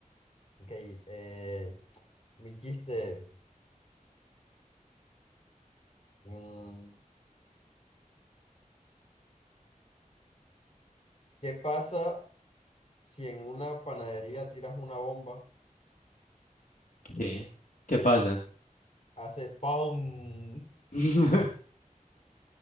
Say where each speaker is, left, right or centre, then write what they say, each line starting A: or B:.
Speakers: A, on the left; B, on the left.
A: Ok, eh, mi chiste es, mm, ¿qué pasa si en una panadería tiras una bomba?
B: ¿Qué, ¿Qué pasa?
A: Hace ¡pum!
B: <laughs>